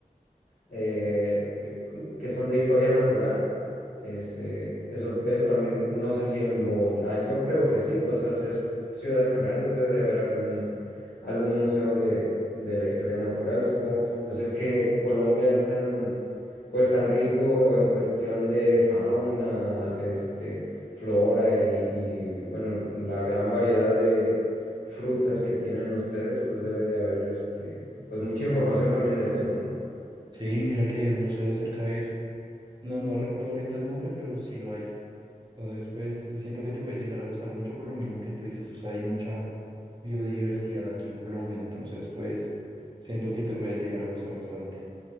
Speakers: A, on the left; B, on the right.
A: eh, que son de historia natural. Este, eso, eso también, no sé si en Bogotá, yo creo que sí, pues al ser s- ciudades tan grandes debe de haber algún, algún museo de, de la historia natural. Supongo, pues es que Colombia es tan, pues tan rico en cuestión de fauna, este, flora y, y bueno, la gran variedad de frutas que tienen ustedes, pues debe de haber este, pues mucha información también de eso, ¿no?
B: Sí, mira que hay un museo cerca de eso. No, no recuerdo ahorita el nombre, pero sí lo hay. Entonces, pues eh, siento que te puede llegar a gustar mucho por lo mismo que tú dices, o sea, hay mucha biodiversidad aquí en Colombia, entonces, pues siento que te puede llegar a gustar bastante.